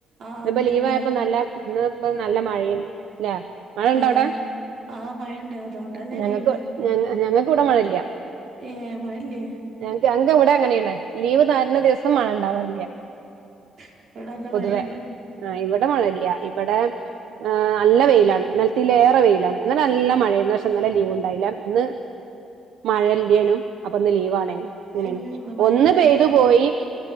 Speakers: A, on the right; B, on the right.
A: ആഹ്
B: ഇപ്പോ
A: ഇന്ന്
B: ലീവ്യപ്പോ
A: ലീവാ
B: നല്ല ഇന്ന്പ്പ നല്ല മഴയുംല്ലേ മഴ ഇണ്ട
A: ആഹ്
B: അവിടെ
A: ആഹ് മഴണ്ട് അതോണ്ടല്ലേ
B: ഞങ്ങക്ക്
A: ലീവ്
B: ഞ ഞങ്ങക്ക് ഇവിടെ മഴയില്ല
A: ഏ മഴയല്ലേ
B: <inaudible> ഇവിടെ അങ്ങനെയാണ് ലീവ് തരുന്ന ദിവസം മഴ ഇണ്ടാവാറില്ല
A: ഇവിടെ നല്ല
B: പൊതുവെ
A: മഴണ്ട്
B: ആഹ് ഇവിടെ മഴയില്ല ഇവടെ ആഹ് നല്ല വെയിലാണ് ഇന്നലത്തിയിലേറെ വെയിലാണ് ഇന്ന് നല്ല മഴയണ് പക്ഷെ ഇന്നല്ലലെ ലീവ് ഉണ്ടായില്ല ഇന്ന് മഴല്ലേനും അപ്പൊ ഇന്ന് ലീവ് ആണേനും അങ്ങനെയും
A: ഏഹ് ഇന്ന് മഴന്നെ
B: ഒന്ന് പെയ്തു പോയി